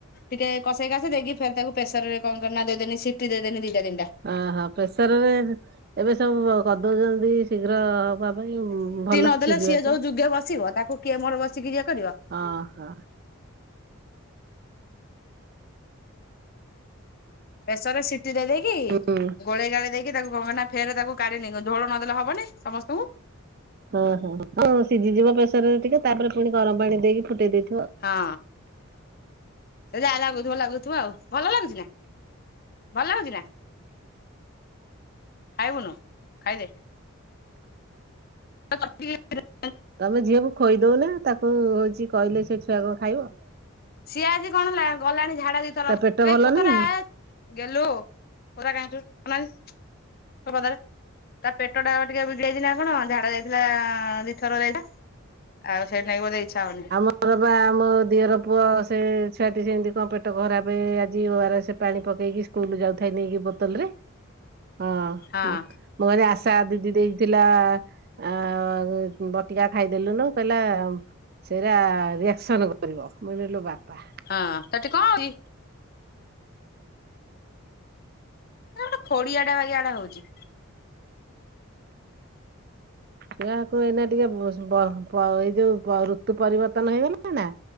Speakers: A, on the left; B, on the right.
A: ଟିକେ କଷେଇ କାସେଇ ଦେଇକି ଫେର୍ ତାକୁ ପ୍ରେସର ରେ କଣ କଲି ନା ଦେଇଦେନି ସି ସିଟି ଦେଇଦେନି ଦିଟା ତିନି ଟା।
B: ଅ ହ। ପ୍ରେସର୍ ରେ ଏବେ ସବୁ କରିଦଉଛନ୍ତି ଶୀଘ୍ର ହବା ପାଇଁ ଭଲ
A: ଦେଲା
B: ସିଝିବା
A: ସିଏ ଯୋଉ
B: ପାଇଁ।
A: ଯୁଗେ ବସିବ ତାକୁ କିଏ ମୋର ବସିକି ଇଏ କରିବ।
B: ଅ ହଁ।
A: ପ୍ରେସର୍ ରେ ସିଟି ଦେଇ ଦେଇକି
B: ହୁଁ
A: ଗୋଳେଇ ଗାଳେଇ ଦେଇକି ତାକୁ କଣ କଲି ନା ଫେରେ ତାକୁ କାଢି ନେଲି। ଝୋଳ ନଦେଲେ ହବନି ସମସ୍ତଙ୍କୁ।
B: ହଁ ହଁ। ସିଝିଯିବ ପ୍ରେସର ରେ ଟିକେ ତାପରେ ପୁଣି ଗରମ ପାଣି ଦେଇକି ଫୁଟେଇ ଦେଇ
A: ହଁ। ସେ ଯାହା ଲାଗୁଥିବ ଲାଗୁଥିବ ଆଉ। ଭଲ ଲାଗୁଚି ନା ଭଲ ଲାଗୁଚି ନା। ଖାଇବୁନୁ ଖାଇଦେ। <unintelligible>
B: ତମେ ଝିଅକୁ ଖୋଇଦଉନ। ତାକୁ ହଉଚି କହିଲେ ସେ ଛୁଆ କଣ ଖାଇବ।
A: ସିଏ ଆଜି କଣ ଗଲାଣି ଝାଡା ଦିଥର।
B: ତା ପେଟ ଭଲ
A: ଏ କୋତରା
B: ନାହିଁ କି?
A: ଏ ଗେହ୍ଲୁ ଓଦା କାଇଁ ହଉଚୁ। <unintelligible> ତା ପେଟ ଟା ଟିକେ ବିଗିଡ ଯାଇଚି ନା କଣ ଝାଡା ଯାଇଥିଲା ଦିଥର ଯାଇଥିଲା। ଆଉ ସେଇଥି ନାକି ବୋଧେ ଇଚ୍ଛା ହଉନି।
B: ଘରେ ପା ମୋ ଦିଅର ପୁଅ ସେ ଛୁଆଟି ସେମିତି କଣ ପେଟ ଖରାପେ ଆଜି ଓ ଆର୍ ସେ ପାଣି ପକେଇକି ସ୍କୁଲ ଯାଉଥାଇଲି ନେଇକି ବୋତଲ ରେ- ହଁ
A: ହଁ
B: ମୁଁ କହିଲି ଆଶା ଦିଦି ଦେଇଥିଲା ଆଁ-ବ ଟିକା ଖାଇଦେଲୁନୁ କହିଲା ସେଇରା ରିଆକ୍ସନ କରିବ ମୁଁ କହିଲି ଇଲୋ ବାପା।
A: ହଁ-ତତେ କଣ୍ ହଉଚି? ଆ-ଗୋଟେ ଖଡିଆଡା ବାଗିଆଡା ହଉଚି।
B: ଯାହାକୁହ ଏଇନା ଟିକେ ବ-ବ-ବ-ଏଇ ଯଉ ବ- ଋତୁ ପରିବର୍ତ୍ତନ ହେଇଗଲା ନା